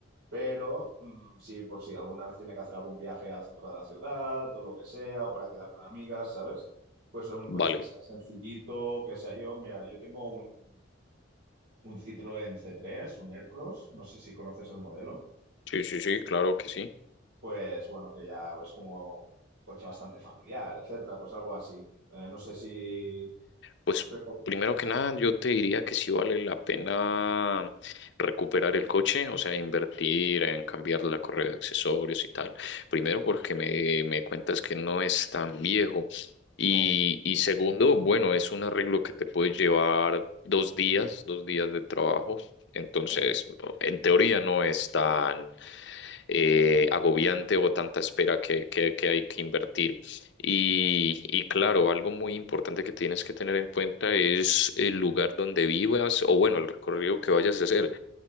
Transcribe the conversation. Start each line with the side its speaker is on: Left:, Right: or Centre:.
Right: pero mm, sí, por si alguna vez tiene que hacer algún viaje al centro de la ciudad o lo que sea, o para quedar con amigas, ¿sabes? Pues un coche
Left: Vale.
Right: que sea sencillito, que sea yo. Mira, yo tengo un, un Citroën C3, un Aircross, no sé si conoces el modelo.
Left: Sí, sí, sí, claro que sí.
Right: Pues bueno, que ya es como un coche bastante familiar, etcétera, pues algo así. Eh, no sé si.
Left: Pues
Right: reco-
Left: primero que nada, yo te diría que sí vale la pena recuperar el coche, o sea, invertir en cambiar la correa de accesorios y tal. Primero porque me, me cuentas que no es tan viejo. Y,
Right: No,
Left: y segundo, bueno, es un arreglo que te puede llevar dos días, dos días de trabajo. Entonces,
Right: Ajá,
Left: en teoría no es tan, eh, agobiante o tanta espera que, que- que hay que invertir. Y,
Right: ya,
Left: y claro, algo muy importante que tienes que tener en cuenta es el lugar donde vivas o bueno, el recorrido que vayas a hacer,